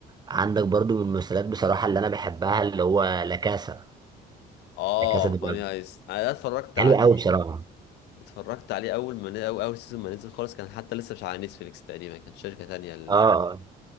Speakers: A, on the right; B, on the left.
A: عندك برضه من المسلسلات بصراحه اللي انا بحبها اللي هو لا كاسا
B: اه
A: لا كاسا دي بابل
B: ماني هايست انا ده اتفرجت
A: حلو
B: عليه
A: قوي بصراحه
B: اتفرجت عليه اول ما ن- اول اول سيزون ما نزل خالص كان حتى لسه مش على نتفليكس تقريبا كانت شركة تانية اللي
A: اه
B: عاملة
A: اه